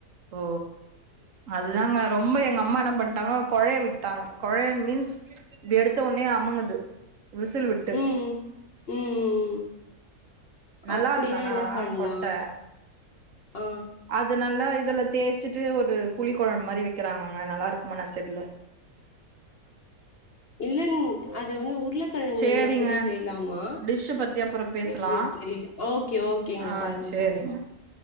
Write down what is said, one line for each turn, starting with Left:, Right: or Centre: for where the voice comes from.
Right: ஓ அதுதாங்க ரொம்ப எங்க அம்மா என்ன பண்ட்டாங்னா கொழய விட் ட்டாங்க கொழைய மீன்ஸ் இப்டி எடுத்த ஒன்னே அமுங்குது விசில் வி ட்டு
Left: ம் ம் ம்
Right: நல்லா
Left: அப்டின்னா
Right: இருக்கு ஆனா
Left: என்ன பண்லா
Right: கொட்ட
Left: ஆ
Right: அது நல்லா இதுல தேச்சிட்டு ஒரு புளி கொழம் மாரி வெக்கிறாங்கங்க நல்லா இருக்குமா என்னான் தெர்ல
Left: இல்லன் அத வந்து உர்ள கழங்கு
Right: சேரிங்க
Left: மாதிரி செய்லாமா
Right: டிஷ்ஷ பத்தி அப்புறோ பேசலா
Left: எப்டி தெரிய்ல ஓகே ஓ கேங்க
Right: ஆ
Left: பாருங்க
Right: சேரிங்க
Left: பாருங்